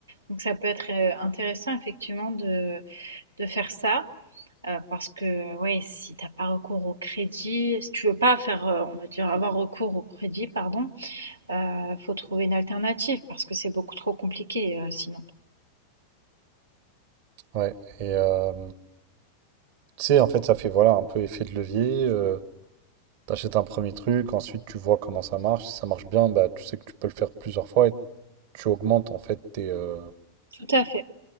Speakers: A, on the right (about 75°); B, on the right (about 50°).
A: donc ça peut être, heu, intéressant effectivement de de faire ça, heu, parce que ouais, si t'as pas recours au crédit, si tu veux pas faire, heu, on va dire avoir recours au crédit, pardon, Heu, faut trouver une alternative parce que c'est beaucoup trop compliqué, heu, sinon.
B: Ouais, et euh, tu sais, en fait, ça fait voilà un peu effet de levier. euh, t'achètes un premier truc, ensuite tu vois comment ça marche. Si ça marche bien, bah tu sais que tu peux le faire plusieurs fois et tu augmentes en fait tes. euh,
A: Tout à fait.